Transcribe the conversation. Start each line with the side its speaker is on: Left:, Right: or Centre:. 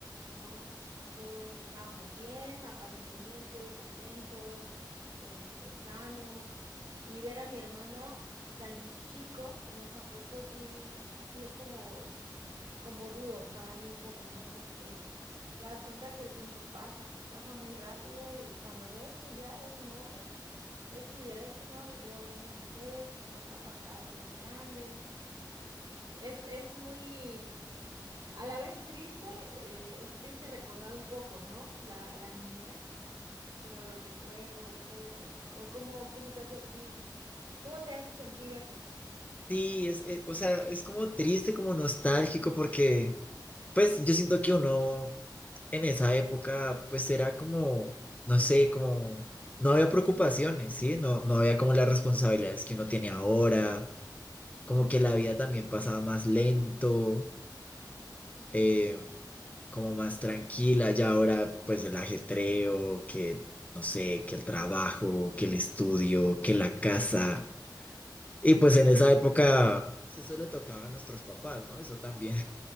Right: ¿no? Todos estábamos bien, aparentemente, contentos, este, sanos. Y ver a mi hermano tan chico en esa foto sí, sí es como, como duro para mí un poco, ¿no? Porque te das cuenta que el tiempo pasa, pasa muy rápido y cuando ves, pues ya es un hombre hecho y derecho, ¿no? Y yo una mujer, los papás cada vez más grandes, es, es muy, a la vez triste, eh, es triste recordar un poco, ¿no? La, la niñez, como los recuerdos, todo eso, o cómo, cómo te hace a ti, cómo te hace sentir eso.
Left: Sí, es, eh, o sea, es como triste, como nostálgico, porque, pues, yo siento que uno en esa época, pues era como, no sé, como, no había preocupaciones, ¿sí? No, no había como las responsabilidades que uno tiene ahora, como que la vida también pasaba más lento, eh, como más tranquila, ya ahora pues el ajetreo, que, no sé, que el trabajo, que el estudio, que la casa, y pues en esa época... pues, Eso le tocaba a nuestros papás, ¿no? Eso también.